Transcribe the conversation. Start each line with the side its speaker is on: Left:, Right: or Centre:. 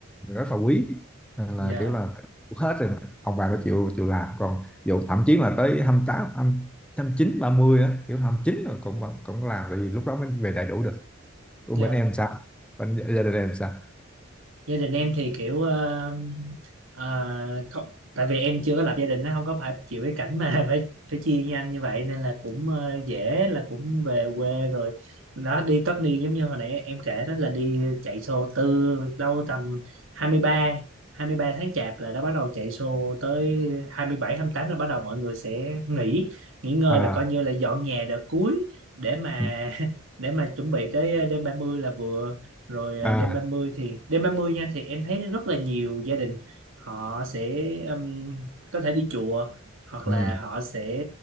Centre: thì rất là quý Nên là
Right: yeah
Centre: kiểu là phải đủ hết rồi ông bà có chịu chịu làm còn dù thậm chí là tới hai hai mươi mươi tám hai mươi chín ba mươi á kiểu 29 rồi cũng vẫn- cũng làm vì lúc đó mới về đầy đủ được Ủa,
Right: yeah
Centre: bên em sao? Bên gia đình em sao?
Right: gia đình em thì kiểu ờ, ờ, không tại vì em chưa có lập gia đình nó không có phải chịu cái cảnh mà <laughs> phải phải chia với anh như vậy nên là cũng ờ, dễ là cũng về quê rồi đó đi tất niên giống như hồi nãy em kể đó là đi chạy xô từ đâu tầm hai hai mươi ba hai mươi ba tháng chạp là đã bắt đầu chạy xô tới hai hai mươi bảy hai mươi tám là bắt đầu mọi người sẽ nghỉ nghỉ ngơi
Centre: À,
Right: là coi như là dọn nhà đợt cuối để mà
Centre: ừ,
Right: <laughs> để mà chuẩn bị tới đêm 30 là vừa rồi à,
Centre: Ừ. à,
Right: đêm 30 thì đêm 30 nha thì em thấy rất là nhiều gia đình họ sẽ um, có thể đi chùa hoặc là
Centre: ừ,
Right: họ sẽ